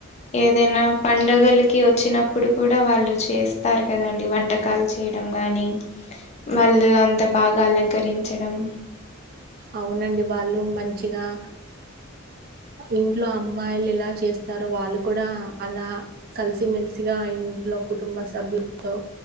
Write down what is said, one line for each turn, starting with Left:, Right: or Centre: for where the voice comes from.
Left: ఏదైనా పడుగలకి వచ్చినప్పుడు కూడా వాళ్ళు చేస్త ఇస్తారు కదండి వంటకాలు చేయడం గానీ వాళ్ళు అంత బాగా అలంకరించడం
Right: అవునండి వాళ్ళు మంచిగా ఇంట్లో అమ్మాయిలు ఎలా చేస్తారో వాళ్ళు కూడా అలా కలిసిమెెలిసిగా ఇంట్లో కుటుంబ సభ్యులతో